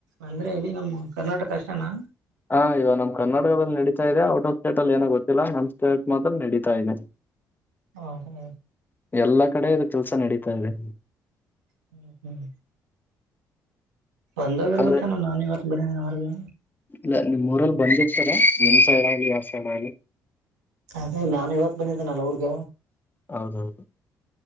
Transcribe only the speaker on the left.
ಹಾ ಇವಾಗ ನಮ್ ಕರ್ನಾಟಕದಲ್ಲಿ ನಡೀತಾ ಇದೆ ಔಟ್ ಆಫ್ ಸ್ಟೇಟ್ ಅಲ್ಲಿ ಏನ ಗೊತ್ತಿಲ್ಲ ನ್ ಸ್ಟೇಟ್ ಮಾತ್ರ ನಡೀತ ಇದೆ
ಎಲ್ಲಾ ಕಡೆ ಇದು ಕೆಲ್ಸ ನಡೀತಾ ಇದೆ
ಅದ
ಇಲ್ಲ ನಿಮ್ ಊರಲ್ಲಿ ಬಂದಿರ್ತದ ನಿಮ್ ಸೈಡ್ ಆಗಲಿ ಯಾವ ಸೈಡ್ ಆಲಿ
ಹೌದೌದು